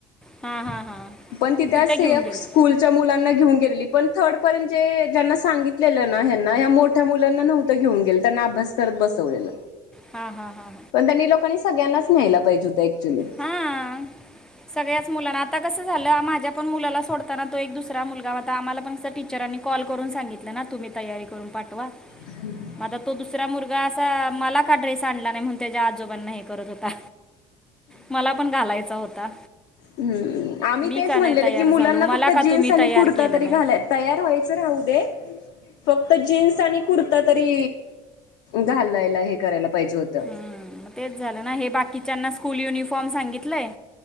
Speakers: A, in the centre; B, on the left.
A: हां हां हां
B: पण तिथ
A: मग तिथे घेऊन
B: एक
A: गेले
B: स्कूल मुलांना घेऊन गेलेली. पण थर्ड पर्यंत, जे ज्यांना सांगितलेले ना ह्यांना या मोठ्या मुलांना नव्हत ते घेऊन गेल, त्यांना अभ्यास करत बसवलेलं
A: हा, हा, हा, हा.
B: पण त्यांनी लोकांनी सगळ्यांनाच न्यायला पाहिजे होतं. ऍक्च्युली
A: हा सगळ्याच मुलांना आता कसं झालं, माझ्या पण मुलाला सोडताना तो एक दुसरा मुलगा होता. आम्हाला पण टीचरांनी कॉल करून सांगितलं ना, तुम्ही तयारी करून पाठवा.
B: हम्.
A: आता तो दुसरा मुलगा असा मला का ड्रेस आणला नाही, म्हणून त्याच्या आजोबांना हे करत होता. मला पण घालायचा होता.
B: ह्, आम्ही
A: मी
B: तेच
A: का
B: म्हणलेल,
A: नाही तयार
B: की मुलांना
A: झालो मला
B: फक्त
A: का
B: जीन्स
A: तुम्ही
B: आणि
A: तयार
B: कुर्ता
A: केलं
B: तरी
A: नाही
B: घालायचं. तयार व्हायचं राहुदे. फक्त जीन्स आणि कुर्ता तरी घालायला, हे करायला पाहिजे होतं.
A: हं, मग तेच झालं ना हे बाकीच्यांना स्कूल युनिफॉर्म सांगितलंय